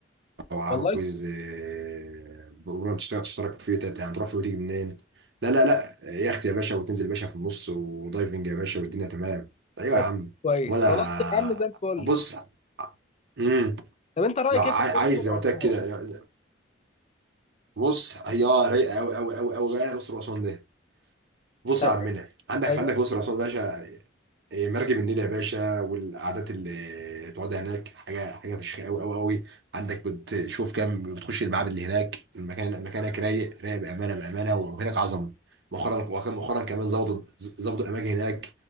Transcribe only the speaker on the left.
والله
طب
كويس
خلاص يا عم زي الفل
طب انت رايك
ايه في الاقصر
واسوان
طب
ايوه